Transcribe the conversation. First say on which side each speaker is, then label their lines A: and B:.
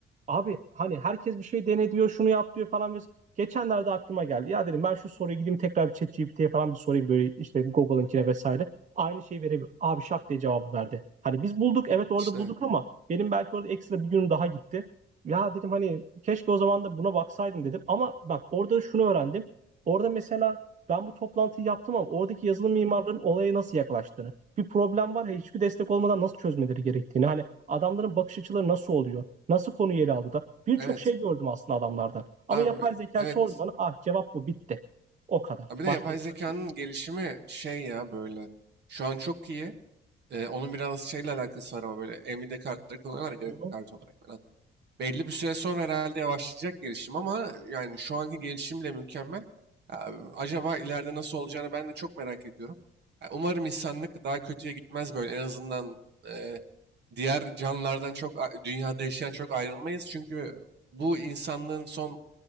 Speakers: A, on the right (about 40°); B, on the right (about 60°).
A: Abi hani herkes bir şey dene diyor, şunu yap diyor falan. ves- Geçenlerde aklıma geldi. Ya dedim ben şu soruyu gideyim tekrar bir ChatGPT'ye falan bir sorayım böyle işte Google'ınkine vesaire. Aynı şeyi verebilir. Abi şak diye cevabı verdi. Hani biz bulduk evet orada
B: İşte
A: bulduk ama benim belki orada ekstra bir günüm daha gitti. Ya dedim hani keşke o zaman da buna baksaydım dedim. Ama bak orada şunu öğrendim. Orada mesela ben bu toplantıyı yaptım ama oradaki yazılım mimarlarının olaya nasıl yaklaştığını, bir problem var ya hiçbir destek olmadan nasıl çözmeleri gerektiğini, hani adamların bakış açıları nasıl oluyor? Nasıl konu ele aldı da? Birçok
B: evet.
A: şey gördüm aslında adamlardan. Ama
B: Abi
A: yapay zeka
B: evet.
A: sordu bana. Ah cevap bu bitti. O kadar.
B: Abi de
A: Başka
B: yapay
A: ekstra
B: zekanın
A: sorun.
B: gelişimi şey ya böyle. Şu an çok iyi. Ee, onun biraz şeyle alakası var ama böyle Nvidia kartları kullanıyorlar ya, grafik
A: yok.
B: kartı olarak. Belli bir süre sonra herhalde yavaşlayacak gelişim ama yani şu anki gelişim bile mükemmel. Ya, acaba ileride nasıl olacağını ben de çok merak ediyorum. Ya, Umarım insanlık daha kötüye gitmez böyle. En azından e, diğer canlılardan çok a- dünyada yaşayan çok ayrılmayız. Çünkü bu insanlığın son